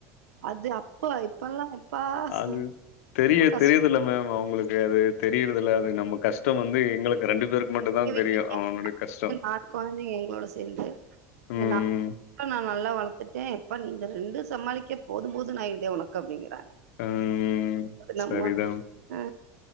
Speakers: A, on the right; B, on the left.
A: அது அப்ப இப்பல்லா எப்பா ச
B: அது தெரிய
A: ரொம்ப கஷ்டோ
B: தெரியுரதுல மேம் அவங்களுக்கு அது தெரியறத இல்ல அது நம்ம கஷ்டம் வந்து எங்களுக்கு ரெண்டு பேருக்கு மட்டுதா
A: எங்க வீட்ல
B: தெரியு ஆ கஷ்டோ
A: நாலு கொழந்தைங்க எங்களோட சேந்து இந்த
B: ம்
A: நா நா நல்லா வளத்துட்டே இப்ப நீ இந்த ரெண்டு சமாளிக்கே போது போதுன் ஆயிருதே உனக்கு அப்டிங்கிறாங்க
B: ம்
A: அது
B: சரிதா
A: நம்ம ஆ